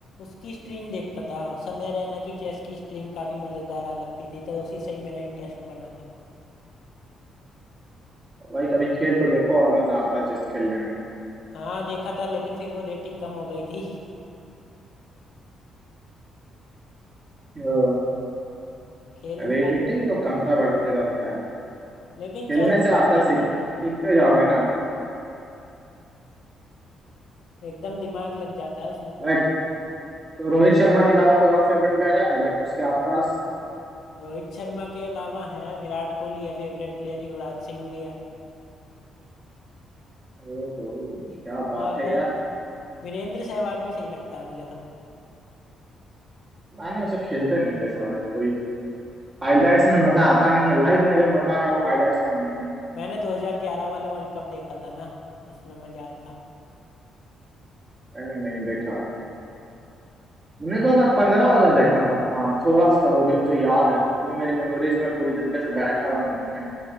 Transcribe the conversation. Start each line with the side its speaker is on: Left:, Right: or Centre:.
Left: उसकी स्ट्रीम देखता था समय रैना की चेस की स्ट्रीम काफी मजेदार आ लगती थी तो उसी से ही मेरा इंटरेस्ट बना था
Right: भाई कभी खेल तो देखो और मजा आता है चेस खेलने में
Left: हाँ देखा था लेकिन फिर वो रेटिंग कम हो गई थी
Right: ओ,
Left: <laughs> खेलूंगा
Right: रेटिंग तो कमता बढ़ते रहता है
Left: लेकिन
Right: खेलने
Left: चेस
Right: से आता
Left: मजेदार
Right: है सीख
Left: गेम
Right: सीखते
Left: है
Right: जाओगे ना
Left: एकदम दिमाग लग जाता है उसमें
Right: लाइक
Left: पूरा
Right: तो रोहित शर्मा के अलावा कोई और फेवरेट प्लेयर है लाइक उसके आसपास
Left: रोहित शर्मा के अलावा है विराट कोहली है फेवरेट प्लेयर युवराज सिंह भी है
Right: ओहो क्या बात
Left: और
Right: है
Left: अ,
Right: यार
Left: वीरेंद्र सहवाग भी सही लगता है मुझे तो
Right: मैंने उसे खेलते नहीं देखा भाई कभी हाइलाइट्स में मजा आता नहीं है लाइव में जो मजा है वो हाइलाइट्स में नहीं है
Left: मैंने 2011 वाला वर्ल्ड कप देखा था ना उसमें मजा आया था
Right: मैंने नहीं देखा मैंने
Left: बढ़िया
Right: 2015 वाला देखा था हाँ थोड़ा सा वो भी मुझे याद है वो भी मेरी मेमोरीज में पूरी तरीके से बैठा हुआ नहीं है